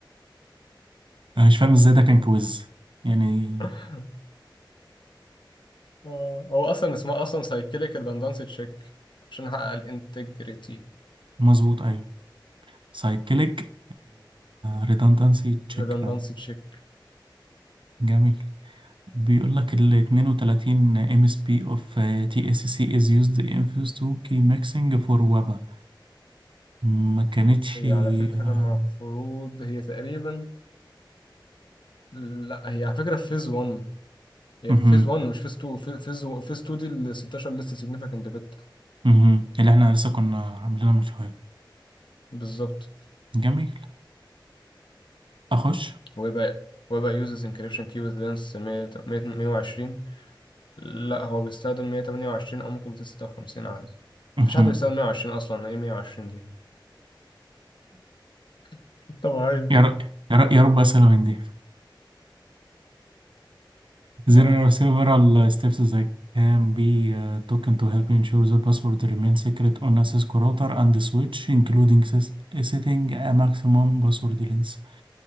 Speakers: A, on the right; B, on the left.
A: انا مش فاهم ازاي ده كان كويز يعني
B: <laughs> آه، هو اصلا اسمها اصلا سايكليك ريدندنسي تشيك عشان احقق الانتجريتي
A: مظبوط ايوه سايكليك ريدندنسي تشيك
B: ريدندنسي
A: فعلا
B: تشيك
A: جميل بيقول لك ال 32 ام اس بي اوف تي اس سي از يوزد ان فيوز تو كي ميكسنج فور وابا ما كانتش
B: هي على فكره
A: آه،
B: المفروض هي تقريبا لا هي على فكره في فيز 1 هي
A: مهم.
B: في فيز 1 مش فيز 2 في- فيز فيز 2 دي ال 16 ليست سيجنفيكانت بت
A: مهم. اللي احنا لسه كنا عاملينها من شويه
B: بالظبط
A: جميل اخش
B: ويبقى ويبقى uses encryption key with length 100 120 لا هو بيستخدم 128 او ممكن 256 عادي
A: مهم.
B: مفيش حد بيستخدم 120 اصلا ايه 120 دي <laughs> طبيعي
A: يا رب يا رب يا رب اسئله من دي There
B: اه
A: are several uh, steps that can be uh, taken to help ensure the password remains secret on a Cisco router and switch, including sys- setting a maximum password length.